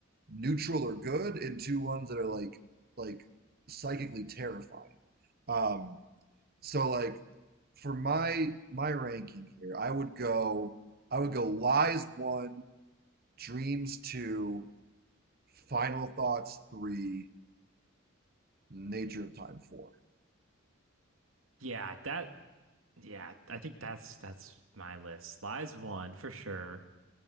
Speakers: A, on the right (about 45°); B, on the right (about 80°).
A: neutral or good and two ones that are like like psychically terrifying. Um, so like for my my ranking here, I would go I would go lies one, dreams two, final thoughts three, nature of time four.
B: Yeah, that yeah, I think that's that's my list. Lies one for sure.